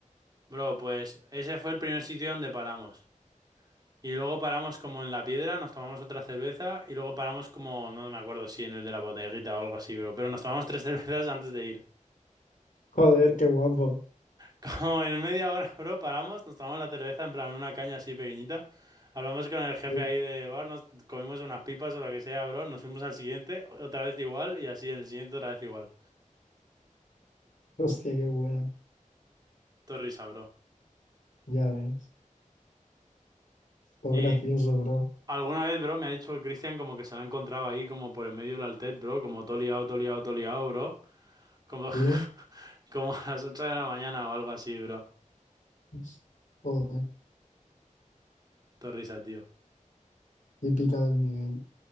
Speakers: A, on the right; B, on the left.
A: Bro, pues ese fue el primer sitio donde paramos. Y luego paramos como en la piedra, nos tomamos otra cerveza y luego paramos como, no me acuerdo si en el de la bodeguita o algo así, pero, pero nos tomamos tres <laughs> cervezas antes de ir.
B: joder, qué guapo.
A: Como en media hora, <laughs> bro, paramos, nos tomamos la cerveza en plan una caña así pequeñita. Hablamos con el jefe
B: Sí.
A: ahí de bar, nos comimos unas pipas o lo que sea, bro. Nos fuimos al siguiente, otra vez igual y así en el siguiente otra vez igual.
B: Hostia, qué bueno.
A: Todo risa, bro.
B: Ya ves. Todo
A: Y
B: gracioso, bro.
A: alguna vez, bro, me ha dicho el Cristian como que se lo ha encontrado ahí como por en medio del altet, bro, como todo liado, todo liado, todo liado, bro. Como, <laughs>
B: Sí.
A: como a las 8 de la mañana o algo así, bro.
B: Pues, Joder,
A: Todo risa, tío.
B: típica del nivel,